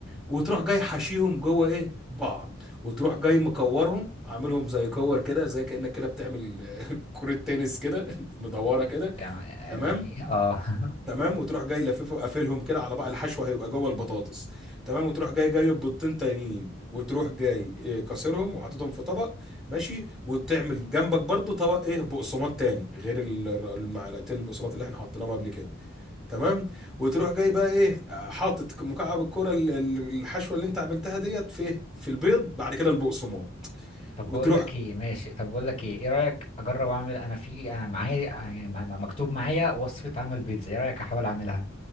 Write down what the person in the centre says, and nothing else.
وتروح جاي حشيهم جوه ايه بعض وتروح جاي مكورهم عاملهم زي كور كده زي كأنك كده بتعمل <laughs> كرة تنس كده <laughs> مدورة كده
تمام
تمام وتروح جاي لففه وقافلهم كده على بقى الحشوة هيبقى جوه البطاطس تمام وتروح جاي جايب بيضتين تانيين وتروح جاي إيه، كسرهم وحاططهم في طبق ماشي وتعمل جنبك برضو طبق ايه بقسماط تاني غير ال- المعلقتين البقسماط اللي احنا حطيناهم قبل كده تمام وتروح جاي بقى ايه حاطط مكعب الكرة ال- ال- الحشوة اللي انت عملتها ديت في في البيض بعد كده البقسماط
وتروح